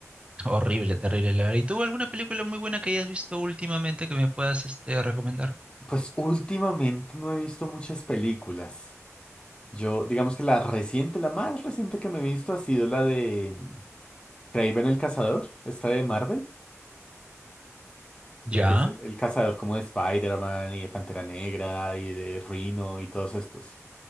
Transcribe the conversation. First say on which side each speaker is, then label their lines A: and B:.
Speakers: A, on the right; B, on the left.
A: Horrible, terrible. la verdad. ¿Y tú alguna película muy buena que hayas visto últimamente que me puedas este, recomendar?
B: Pues últimamente no he visto muchas películas. Yo, digamos que la reciente, la más reciente que me he visto ha sido la de Kraven el Cazador, esta de Marvel,
A: Ya,
B: la que es el cazador como de Spider-Man y de Pantera Negra y de Rhino y todos estos.